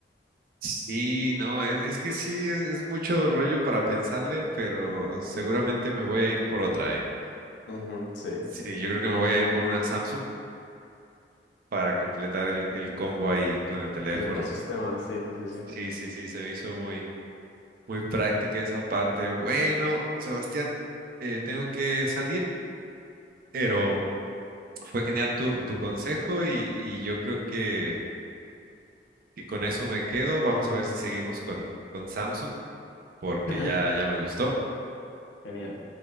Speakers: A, on the right; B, on the left.
A: sí, no, es, es que sí, es, es mucho rollo para pensarle, pero seguramente me voy a ir por otra, ¿eh?
B: Ujú, sí.
A: Sí, yo creo que me voy a ir por una Samsung para completar el, el combo ahí con el teléfono.
B: El ecosistema, sí, sí, sí,
A: Sí,
B: sí.
A: sí, sí, se me hizo muy, muy práctica esa parte. Bueno, Sebastián, eh, tengo que salir, pero fue genial tu, tu consejo y, y yo creo que, que con eso me quedo. Vamos a ver si seguimos con, con Samsung, porque
B: <laughs>
A: ya, ya me gustó.
B: Genial.